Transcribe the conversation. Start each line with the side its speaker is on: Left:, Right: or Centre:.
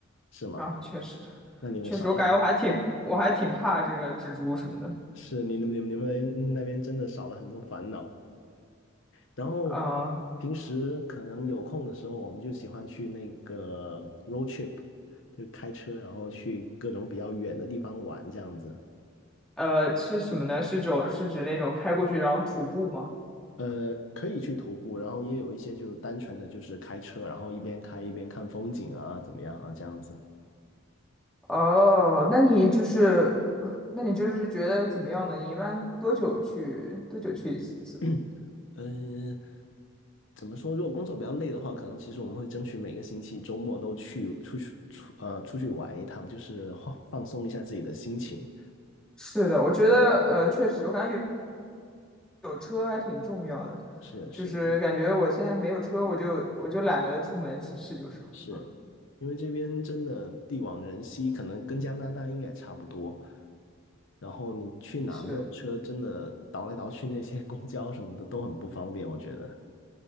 Left: 是吗？
Centre: 啊，确实
Left: 那你们少了很多，
Centre: 确实，我感觉我还挺我还挺怕这个蜘蛛什么的。
Left: 是你们你们你们那边真的少了很多烦恼。然后
Centre: 啊。
Left: 平时可能有空的时候，我们就喜欢去那个 road trip，就开车，然后去各种比较远的地方玩这样子。
Centre: 呃，是什么呢？是指是指那种开过去然后徒步吗？
Left: 呃，可以去徒步，然后也有一些就单纯的就是开车，然后一边开一边看风景啊，怎么样啊，这样子。
Centre: 哦，那你就是，那你就是觉得怎么样呢？你一般多久去多久去一次？
Left: <clears throat> 嗯，怎么说？如果工作比较累的话，可能其实我们会争取每个星期周末都去出去出呃出去玩一趟，就是放放松一下自己的心情。
Centre: 是的，我觉得呃，确实，我感觉有有车还挺重要的。
Left: 是是
Centre: 就是感觉我现在没有车，我就我就懒得出门。其实有时候
Left: 是，因为这边真的地广人稀，可能跟加拿大应该也差不多。然后你去哪没有车，
Centre: <laughs> 是
Left: 真的倒来倒去，那些公交什么的都很不方便，我觉得。